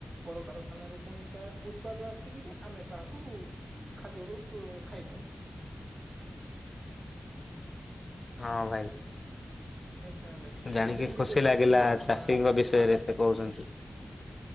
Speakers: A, on the right (about 80°); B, on the left (about 55°).
A: କଳକାରଖାନା ର ପୁଣି ତା ଉତ୍ପାଦ ଆସିକିରି ଆମେ ତାହାକୁ ଖାଦ୍ୟ ରୁ ଖାଇଥାଉ।
B: ହଁ ଭାଇ।
A: ନିଶ୍ଚୟ ଭାଇ
B: ଜାଣିକି
A: ଯେମିତି
B: ଖୁସି
A: କହିବା
B: ଲାଗିଲା
A: ଆମେ
B: ଚାଷୀଙ୍କ
A: ନା
B: ବିଷୟରେ
A: ଧା
B: ଏତେ କହୁଛନ୍ତି।